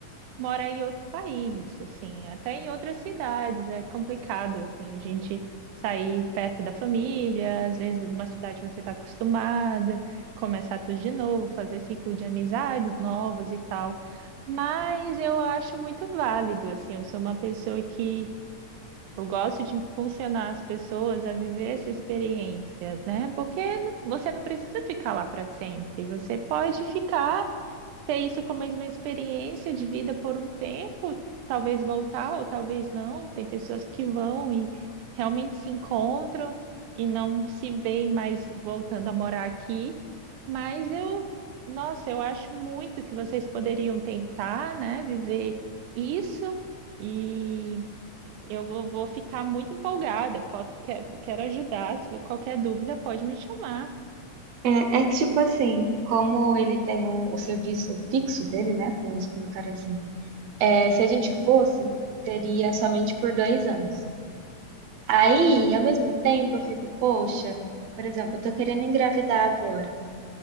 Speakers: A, on the right; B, on the right.
A: mora em outro país, assim, até em outras cidades, é complicado, assim, a gente sair perto da família, às vezes numa cidade você está acostumada, começar tudo de novo, fazer ciclo de amizades novas e tal. Mas eu acho muito válido, assim, eu sou uma pessoa que eu gosto de impulsionar as pessoas a viver essa experiência, né? Porque você não precisa ficar lá para sempre, você pode ficar ter isso como uma experiência de vida por um tempo, talvez voltar ou talvez não. Tem pessoas que vão e realmente se encontram e não se veem mais voltando a morar aqui. Mas eu, nossa, eu acho muito que vocês poderiam tentar, né, viver isso e eu vou, vou ficar muito empolgada. po- Quero, quero ajudar. Se qualquer dúvida, pode me chamar.
B: É, é que, tipo assim, como ele tem o, o serviço fixo dele, né? Vamos colocar assim. É, se a gente fosse, seria somente por dois anos. Aí, ao mesmo tempo, eu fico, poxa, por exemplo, eu tô querendo engravidar agora.